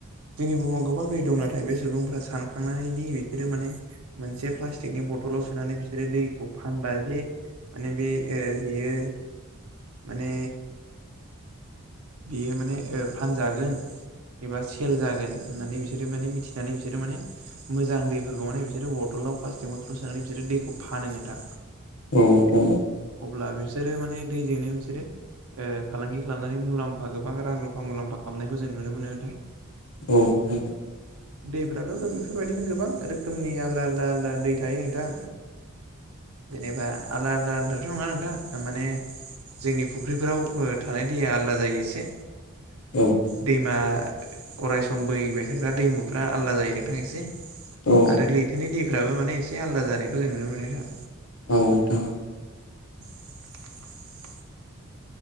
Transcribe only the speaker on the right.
जोंनि बुहुमाव गोबां दै दं नाथाय बे सुबुंफ्रा सानखांनानै दि बिसोरो माने मोनसे प्लास्टिकनि बल बथलाव सोनानै बिसोरो दैखौ फानबा जे माने बे बियो माने बियो माने फानजागोन एबा सेल जागोन होननानै बिसोरो माने मिथिनानै बिसोरो माने मोजां दैफोरखौ माने बिसोरो बथल बाथलाव प्लासटिक बथलाव सोनानै बिसोरो दैखौ फानो नोंथां
अब्ला बिसोर माने दैजोंनो बिसोरो फालांगि खालामनानै मुलाम्फा गोबां रां रुफा मुलाम्फा खालामनायखौ जों नुनो मोनो नोंथां
दैफ्राथ' बेफोरबायदिनो गोबां रोखोमनि आलादा आलदा आलादा दै थायो नोंथां जेनेबा आलदा आलदा आलदाथ' नङा नोंथां माने जोंनि फुख्रिफोराव थानाय दैया आलादा जायो एसे
दैमा अरायसम बोहैबाय थाग्रा दैमुफ्रा आलादा जायो नोंथां एसे
आरो लैथोनि दैफ्राबो माने एसे आलादा जानायखौ जों नुनो मोनो् रा
<inaudible>